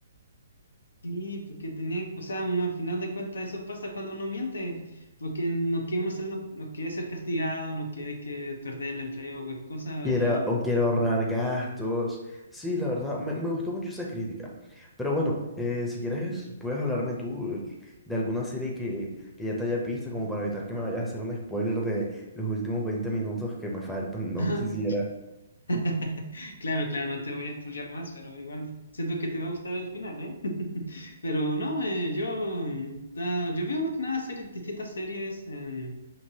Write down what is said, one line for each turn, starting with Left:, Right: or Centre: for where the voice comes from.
Left: Sí, porque tenían, o sea, uno, al final de cuentas eso pasa cuando uno miente, porque no quiere uno ser, no, no quiere ser castigado, no quiere que perder el empleo o cualquier cosa
Centre: Quiera,
Left: y...
Centre: o quiera ahorrar gastos. Sí, la verdad, me, me gustó mucho esa crítica. Pero bueno, eh, si quieres, puedes hablarme tú eh, de alguna serie que, que ya te haya visto, como para evitar que me vayas a hacer un spoiler de los últimos 20 minutos que me faltan. No
Left: <laughs>
Centre: quisiera.
Left: <laughs> Claro, claro, no te voy a spoilear más, pero igual siento que te va a gustar el final, ¿eh? <laughs> Pero no, eh, yo, mm, ah, yo veo más que nada series, distintas series en,